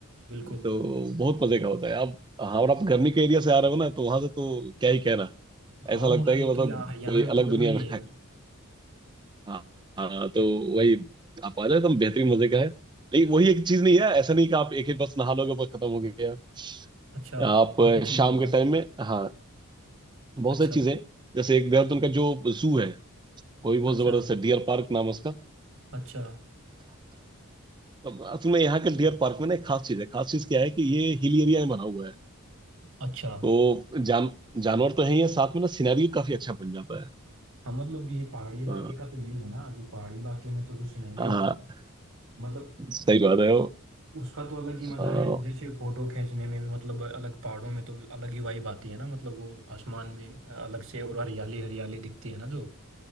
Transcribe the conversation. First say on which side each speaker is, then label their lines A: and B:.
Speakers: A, on the right; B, on the right.
A: बिल्कुल
B: तो बहुत मजे का होता है आप हाँ और आप गर्मी के एरिया से आ रहे हो ना तो वहां से तो क्या ही कहना
A: हाँ
B: ऐसा लगता
A: हमारे
B: है कि मतलब
A: तो यहाँ हरियाणा
B: कोई
A: में तो
B: अलग
A: गर्मी
B: दुनिया में
A: है यार
B: हाँ हाँ, तो वही आप आ जाए तो बेहतरीन मजे का है लेकिन वही एक चीज नहीं है ऐसा नहीं कि आप एक ही बस नहा लोगे बस खत्म हो गया
A: अच्छा
B: आप
A: काफी चीजें
B: शाम
A: हैं
B: के
A: मतलब
B: टाइम में हाँ बहुत
A: अच्छा
B: सारी चीजें हैं। जैसे एक देहरादून का जो जू है वो भी बहुत
A: अच्छा
B: जबरदस्त है डियर पार्क नाम है उसका
A: अच्छा
B: अब असल में यहाँ के डियर पार्क में ना एक खास चीज है खास चीज क्या है कि ये हिल एरिया में बना हुआ है
A: अच्छा
B: तो जान जानवर तो है ही है साथ में ना सिनेरियो काफी अच्छा बन जाता है
A: हाँ मतलब ये पहाड़ी इलाके
B: अ,
A: का तो यही है ना कि पहाड़ी इलाके में तो जो सिनेरियो
B: हाँ
A: होता है मतलब
B: सही बात है
A: उसका तो अलग ही मजा
B: वो
A: है जैसे फोटो खींचने में भी मतलब अलग पहाड़ों में तो अलग ही वाइब आती है ना मतलब वो आसमान भी अलग से और हरियाली हरियाली दिखती है ना जो